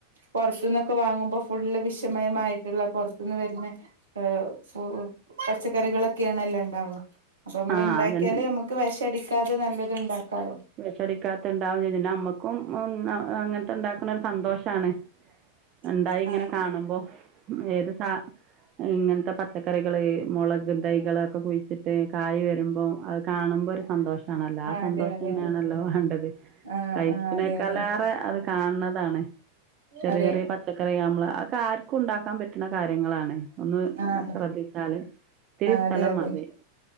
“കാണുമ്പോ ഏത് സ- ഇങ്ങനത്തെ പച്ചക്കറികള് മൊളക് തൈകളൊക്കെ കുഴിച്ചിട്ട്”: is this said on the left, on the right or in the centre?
Right